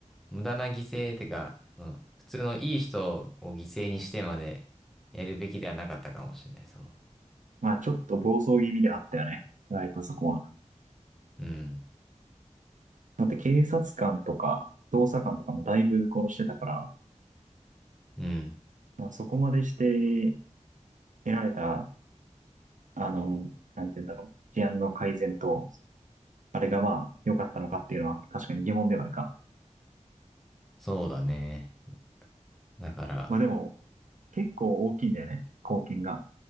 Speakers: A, in the centre; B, on the right.
A: 無駄な犠牲ってか、その、普通のいい人を犠牲にしてまでやるべきではなかったかもしれない、その。
B: まあ、ちょっと暴走気味ではあったよね。ライトそこは。
A: うん。
B: だって警察官とか、捜査官とかもだいぶ殺してたから、
A: うん。
B: まあ、そこまでして得られた、あの、なんて言うんだろう。治安の改善と、あれがまあ、良かったのかっていうのは確かに疑問ではあるか。
A: そうだね。だから、
B: まあでも、結構大きいんだよね。貢献が。